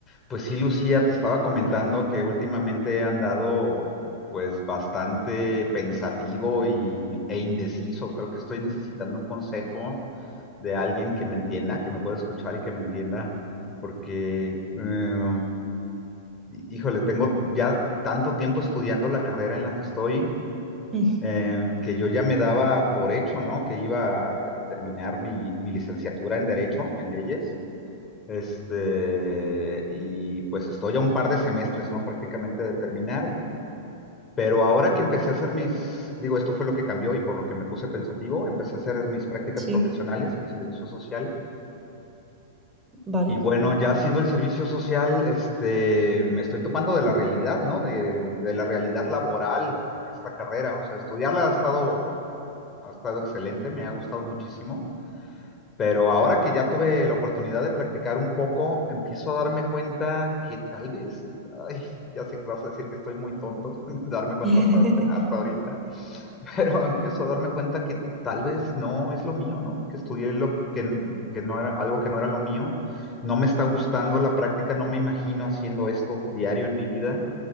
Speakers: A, on the left (about 20°); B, on the right (about 15°).
A: Pues sí, Lucía, te estaba comentando que últimamente he andado pues bastante pensativo y, e indeciso. Creo que estoy necesitando un consejo de alguien que me entienda, que me pueda escuchar y que me entienda, porque, eh, híjole, tengo ya tanto tiempo estudiando la carrera en la que estoy,
B: Mm,
A: eh, que yo ya me daba por hecho, ¿no? Que iba a, a terminar mi, mi licenciatura en Derecho, en leyes este, y pues estoy a un par de semestres, ¿no? Prácticamente de terminar, pero ahora que empecé a hacer mis, digo, esto fue lo que cambió y por lo que me puse pensativo, empecé a hacer mis prácticas
B: Sí,
A: profesionales, mi servicio social,
B: vale.
A: y bueno, ya haciendo el servicio social, este, me estoy topando de la realidad, ¿no? De, de la realidad laboral de esta carrera, o sea, estudiarla ha estado, ha estado excelente, me ha gustado muchísimo Pero ahora que ya tuve la oportunidad de practicar un poco, empiezo a darme cuenta que tal vez, ay, ya sé que vas a decir que estoy muy tonto, <laughs> darme cuenta
B: <laughs>
A: hasta, hasta ahorita, pero <laughs> empiezo a darme cuenta que tal vez no es lo mío, ¿no? Que estudié lo que, que no era, algo que no era lo mío. No me está gustando la práctica, no me imagino haciendo esto diario en mi vida.